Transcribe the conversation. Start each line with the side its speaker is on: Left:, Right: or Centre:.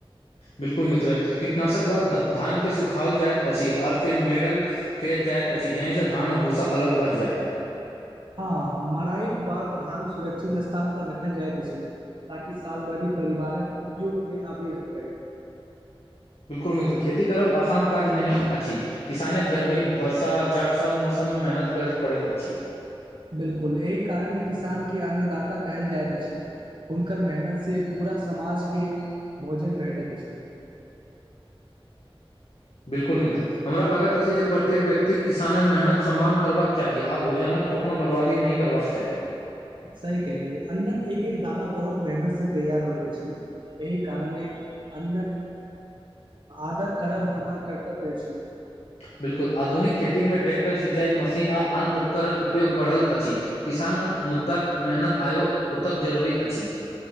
Left: बिल्कुल मित्र कीटनाशक बाद धानके सुखाओल जाइत अछि आओर फेर मेरल कय जाइत अछि जाहिसँ धान आ भूस्सा अलग भरि जाय
Right: हँ मराईके बाद धान सुरक्षित स्थान पर रखल जाइत अछि ताकि साल भरि परिवारक उपयोगमे आबि सकै
Left: बिल्कुल मित्र खेती करब आसान काज नहि अछि किसाने गर्मी वरसा जाड़ सभ मौसममे मेहनत करैत पड़ैत अछि
Right: बिल्कुल एहि कारणे किसानके अन्नदाता कहल जाइत अछि हुनकर मेहनतसँ पूरा समाजके भोजन भेटैत अछि
Left: बिल्कुल मित्र हमरा लागैत अछि जे प्रत्येक व्यक्ति किसानक मेहनत सम्मान करबाक चाही आ भोजनक कखनोहु बर्बादी नहि करबाक चाही
Right: सही कहली अन्ननक एक एक दाना बहुत मेहनत से तैयार होएत अछि एहि कारणे अन्नक आदर करब हमर कर्तव्य अछि
Left: बिल्कुल आधुनिक खेतीमे ट्रैेक्टर सिचाई मशीन आ आन उपकरण उपयोग बढ़ल अछि किसानक मुद्दाक मेहनत आयो ओतेक जरूरी अछि